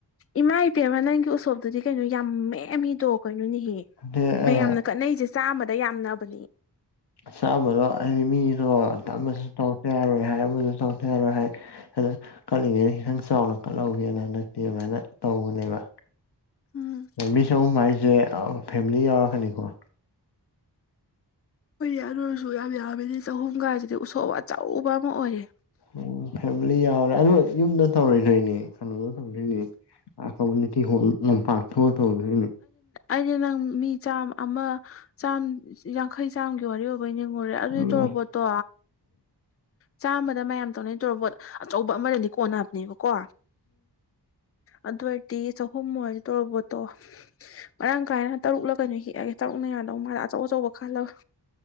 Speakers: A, on the left; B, on the left.
A: ꯏꯃꯥ ꯏꯕꯦꯝ ꯑꯃ ꯅꯪꯒꯤ ꯎꯁꯣꯞꯇꯨꯗꯤ ꯀꯩꯅꯣ ꯌꯥꯝꯃꯦꯦꯝꯃꯤꯗꯣ ꯀꯩꯅꯣꯅꯦꯍꯦ
B: ꯑꯗꯩ
A: ꯃꯌꯥꯝꯅ
B: ꯑꯦ
A: ꯀꯠꯅꯩꯁꯦ ꯆꯥꯃꯗ ꯌꯥꯝꯅꯕꯅꯦ
B: ꯆꯥꯕꯗꯣ ꯍꯥꯏꯗꯤ ꯃꯤꯗꯣ ꯑꯃꯁꯨ ꯇꯧ ꯌꯥꯔꯣꯏ ꯍꯥꯏ ꯑꯃꯁꯨ ꯇꯊ ꯌꯥꯔꯣꯏ ꯍꯥꯏ ꯑꯗ ꯀꯠꯂꯤꯉꯩꯅ ꯈꯤꯇꯪ ꯆꯥꯎꯅ ꯀꯠꯍꯧꯒꯦꯅ ꯍꯟꯗꯛꯇꯤ ꯑꯗꯨꯃꯥꯏꯅ ꯇꯧꯕꯅꯦꯕ
A: ꯎꯝ
B: ꯃꯤꯁ ꯑꯍꯨꯝ ꯍꯥꯏꯁꯦ ꯐꯦꯃꯤꯂꯤ ꯌꯥꯎꯔꯛꯀꯅꯤꯀꯣ
A: ꯍꯈꯣꯏꯗꯤ ꯑꯔ ꯑꯣꯏꯔꯁꯨ ꯌꯥꯝ ꯌꯥꯝꯃꯤꯗꯤ ꯆꯍꯨꯝꯒꯁꯤꯗꯤ ꯎꯁꯣꯞ ꯑꯆꯧꯕ ꯑꯃ ꯑꯣꯏꯌꯦ
B: ꯎꯝ ꯐꯦꯃꯤꯂꯤ ꯌꯥꯎꯔꯦ ꯑꯗ ꯌꯨꯝꯗ ꯇꯧꯔꯣꯏꯗꯣꯏꯅꯦ ꯀꯩꯅꯣꯗ ꯇꯧꯗꯣꯏꯅꯤ ꯀꯝꯃꯨꯅꯤꯇꯤ ꯍꯣꯜ ꯂꯝꯄꯥꯛ ꯊꯣꯛꯑ ꯇꯧꯗꯣꯏꯅꯦ
A: ꯑꯗꯤ ꯅꯪ ꯃꯤ ꯆꯥꯝ ꯑꯃ ꯆꯥꯝ ꯌꯥꯈꯩ ꯆꯥꯝꯒꯤ ꯋꯥꯔꯤ ꯑꯣꯏꯕ ꯌꯦꯡꯉꯨꯔꯦ ꯑꯗꯨꯗꯤ
B: ꯎꯝ
A: ꯇꯣꯔꯔꯕꯣꯠꯇꯣ ꯆꯥꯝꯃꯗ ꯃꯌꯥꯝ ꯇꯧꯅꯩ ꯇꯔꯕꯣꯠ ꯑꯆꯧꯕ ꯑꯃꯔꯗꯤ ꯀꯣꯟꯅꯕꯅꯦꯕꯀꯣ ꯑꯗꯨꯏꯔꯗꯤ ꯆꯍꯨꯝ ꯇꯧꯔꯕꯠꯇꯣ ꯃꯔꯥꯡ ꯀꯥꯏꯅ ꯇꯔꯨꯛꯂ ꯀꯩꯅꯣ ꯍꯤꯛꯑꯒꯦ ꯇꯔꯨꯛꯅ ꯌꯥꯗꯧ ꯃꯥꯂꯦ ꯑꯆꯧ ꯑꯆꯧꯕ ꯈꯜꯂꯒ